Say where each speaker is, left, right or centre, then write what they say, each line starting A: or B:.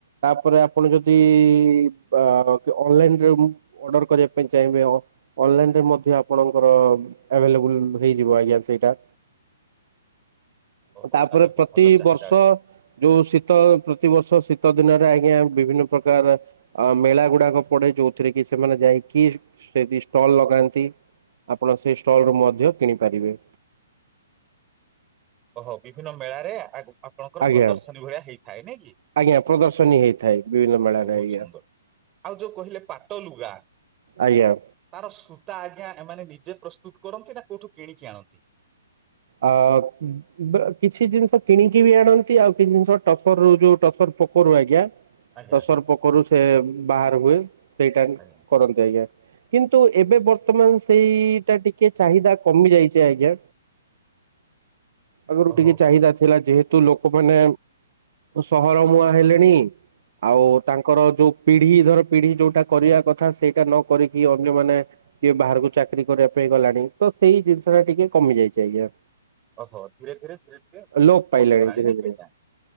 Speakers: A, on the right; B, on the right.
A: ତାପରେ ଆପଣ ଯଦି ବା ଅନଲାଇନରେ। ଅର୍ଡର କରିବା ପାଇଁ ଚାହିଁବେ ଅ ଅନଲାଇନ ରେ ମଧ୍ୟ ଆପଣଙ୍କର ଆଭେଲେବୁଲ ହେଇଯିବ ଆଜ୍ଞା ସେଇଟା।
B: ଓହୋ
A: ତ ତାପରେ
B: ତାହେଲେ ବ-
A: ପ୍ରତି
B: ଭଲ ଚାହିଦା
A: ବର୍ଷ।
B: ଅଛି।
A: ଯୋଉ ଶୀତ ପ୍ରତିବର୍ଷ ଶୀତ ଦିନରେ ଆଜ୍ଞା ବିଭିନ୍ନ ପ୍ରକାର। ଅ ମେଳା ଗୁଡାକ ପଡେ ଯୋଉଥିରେ କି ସେମାନେ ଯାଇକି ସେଠି ଷ୍ଟଲ ଲଗାନ୍ତି। ଆପଣ ସେହି ଷ୍ଟଲ୍ରୁ ମଧ୍ୟ କିଣିପାରିବେ।
B: ଓହୋ ବିଭିନ୍ନ ମେଳାରେ ଆଗୁ ଆପଣଙ୍କର
A: ଆଜ୍ଞା
B: ପ୍ରଦର୍ଶନୀ ଭଳିଆ ହେଇଥାଏ ନାଇ କି
A: ଆଜ୍ଞା ପ୍ରଦର୍ଶନୀ ହେଇଥାଏ ବିଭିନ୍ନ ମେଳାରେ
B: ବହୁତ
A: ଆଜ୍ଞା
B: ସୁନ୍ଦର। ଆଉ ଯୋଉ କହିଲେ ପାଟ ଲୁଗା।
A: ଆଜ୍ଞା।
B: ତାର ସୂତା ଆଜ୍ଞା ଏମାନେ ନିଜେ ପ୍ରସ୍ତୁତ କରନ୍ତି ନା କୋଉଠୁ କିଣିକି ଆଣନ୍ତି।
A: ଅ ଉ। ବ୍ କିଛି ଜିନିଷ କିଣିକି ବି ଆଣନ୍ତି ଆଉ କିଛି ଜିନିଷ ଟସରୁର ଯୋଉ ଟସର ପୋକରୁ ଆଜ୍ଞା।
B: ଆଜ୍ଞା
A: ଟସର ପୋକରୁ ସେ ବାହାର ହୁଏ, ସେଇଟା ହିଁ
B: ଆଜ୍ଞା।
A: କରନ୍ତି। ଯାଇଜ୍ଞା କିନ୍ତୁ ଏବେ ବର୍ତ୍ତମାନ ସେଇଟା ଟିକେ ଚାହିଦା କମି ଯାଇଛି ଆଜ୍ଞା। ଆଗରୁ
B: ଓହୋ
A: ଟିକେ ଚାହିଦାଥିଲା ଯେହେ ତୁ ଲୋକମାନେ ସହର ମୁହାଁ ହେଲେଣି, ଆଉ
B: ଆଜ୍ଞା
A: ତାଙ୍କ ଙ୍କର ଯୋଉ ପିଢ଼ି ଧର ପିଢ଼ି ଯୋଉଟା କରିବା କଥା ସେଇଟା ନ କରିକି ଅନ୍ୟମାନେ କିଏ ବାହାରକୁ ଚାକିରି କରିବା ପାଇଁ ଗଲାଣି ତ ସେଇ ଜିନିଷ ଟା ଟିକେ କମି ଯାଇଛି ଆଜ୍ଞା।
B: ଓହୋ ଧୀରେ ଧୀରେ ଧୀରେ ଧୀରେ
A: ଲୋପ ପାଇଲାଣି
B: କମିଗଲାଣି
A: ଧୀରେ
B: ନାଇକି
A: ଧୀରେ
B: ଆଜ୍ଞା?